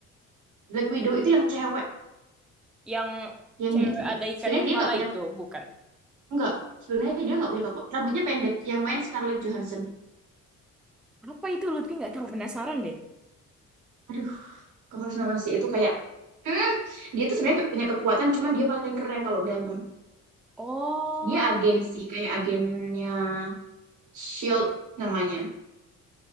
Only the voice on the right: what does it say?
Black Widow itu yang cewek,
yang
dia
sebenarnya
dia nggak punya
Enggak, sebenarnya dia nggak punya kekuatan. Rambutnya pendek, yang main Scarlett Johansson.
Aduh, kamu harus nonton sih itu kayak, hmm, dia tuh sebenarnya nggak punya kekuatan, cuman dia paling keren kalau berantem.
Dia agen sih, kayak agennya Shield namanya,